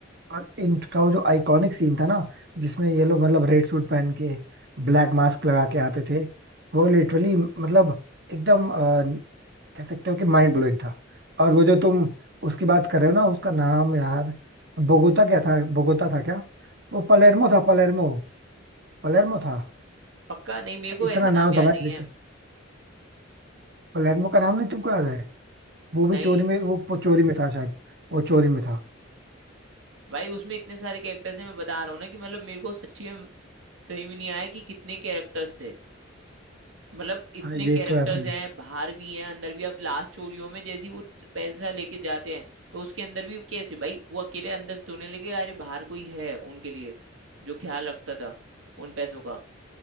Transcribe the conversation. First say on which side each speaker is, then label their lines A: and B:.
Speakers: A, on the right; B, on the right.
A: और इनका वो जो आइकॉनिक सीन था ना जिसमें ये लोग मतलब रेड सूट पहन के ब्लैक मास्क लगा के आते थे वो लिटरली मतलब एकदम अ, कह सकते हो कि माइंड ब्लोइंग था और वो जो तुम उसकी बात कर रहे हो ना उसका नाम यार बोगोता क्या था बोगोता था क्या वो पलेर्मो था पलेर्मो पलेर्मो था
B: पक्का नहीं मेरे को
A: इतना
B: ऐसा नाम
A: नाम
B: याद
A: था भाई
B: नहीं है
A: पलेर्मो का नाम नहीं तुमको याद है वो भी
B: नहीं
A: चोरी में वो चोरी में था शायद वो चोरी में था
B: भाई उसमें इतने सारे कैरेक्टर्स हैं मैं बता रहा हूँ ना कि मतलब मेरे को सच्ची में सही में नहीं आया कि कितने कैरेक्टर्स थे मतलब इतने
A: हाँ ये
B: कैरेक्टर्स
A: तो है भाई
B: हैं बाहर भी हैं अंदर भी अब लास्ट चोरियों में जैसी वो पैसा लेके जाते हैं तो उसके अंदर भी कैसे भाई वो अकेले अंदर से ढूंढने लगे अरे बाहर कोई है उनके लिए जो ख्याल रखता था उन पैसों का